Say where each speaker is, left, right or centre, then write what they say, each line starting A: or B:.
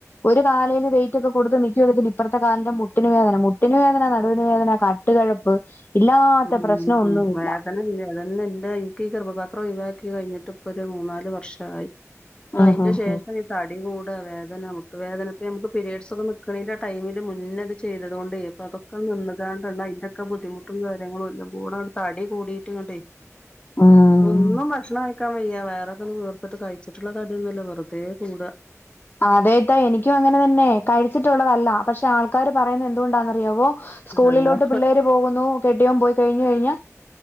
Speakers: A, on the left; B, on the left.
A: ഒരു കാലേന് വൈറ്റ് ഒക്കെ കൊടുത്ത് നിക്കുവാ ഇപ്പർത്തെ കാലിന്റെ മുട്ടിന് വേദന മുട്ട് ട്ടിന് വേദന നടുവിന്, വേദന കാട്ടുകഴപ്പ്, ഇല്ലാത്ത
B: ഉം
A: പ്രശ്നം ഒന്നുല്ല.
B: ഉം വേദന ഇല്ല അതന്നെ എന്റെ ഇൻക്ക് ഈ ഗർഭപാത്രം ഒഴിവാക്കി കയ്ഞ്ഞ്ട്ട് ഇപ്പൊ ഒരു മൂന്നാല് വർഷായി. അയ്ന്റെ
A: ആഹ് ആഹ്
B: ശേഷം
A: ആഹ്
B: തടി കൂടാ വേദന മുട്ടുവേദന ഇപ്പ നമ്മക്ക് പിരീഡ്സ് ഒക്കെ നിക്ക് ണേന്റെ ടൈമില് മുന്നത് ചെയ്തതോണ്ടെ ഇപ്പതൊ ക്കെ നിന്ന്കാണ്ടതാ അയ്ന്റോക്കെ ബുദ്ധിമുട്ടും കാര്യങ്ങളും എല്ലാം കൂടെ തടി കൂടീട്ടേങ്ങട്ടെ
A: ആഹ്
B: ഒന്നും ഭക്ഷണ്ക ക്കാൻ വയ്യ വേറോക്കെ തീർത്തിട്ട് കഴിച്ച്ട്ട്ള്ള തടിയോന്നല്ല വെറ്തെ കൂടാ.
A: അതെ ഇത്ത എനിക്കും അങ്ങനെ തന്നെ കഴിച്ചിട്ടുള്ളതല്ല പക്ഷെ ആൾ ക്കാര് പറയുന്നത് എന്തുകൊണ്ടാന്നറിയാവോ സ്കൂളിലോട്ട്
B: ആഹ്
A: പിള്ളേര് പോകുന്നു കെട്ടിയോൻ പോയ് കഴിഞ്ഞു കഴിഞ്ഞ